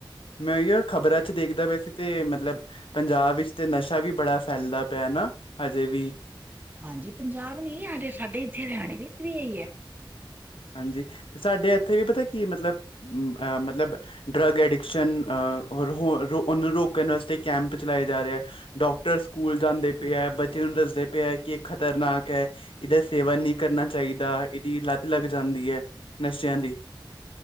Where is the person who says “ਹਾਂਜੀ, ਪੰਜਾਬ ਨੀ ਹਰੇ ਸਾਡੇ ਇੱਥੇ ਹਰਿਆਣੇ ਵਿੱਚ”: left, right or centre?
Right